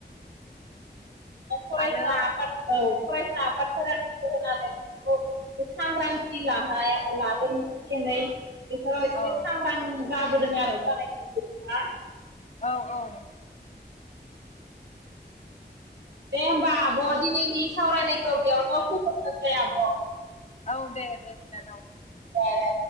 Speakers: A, on the right (about 75°); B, on the left (about 40°).
A: फरायसा
B: आरो
A: आफाद औ फरायसा आफादफोरा नोजोर होनानै सांग्रांथि लानाय लादों एसे एनै बेखौ एसे
B: औ
A: सांग्रां जाबोदों आरो जानाय ना
B: औ औ
A: दे होमबा आब' दिनैनि सावरायनायखौ बेयावनो फोजोबनोसै आब'
B: औ दे दे बिनानाव
A: बारा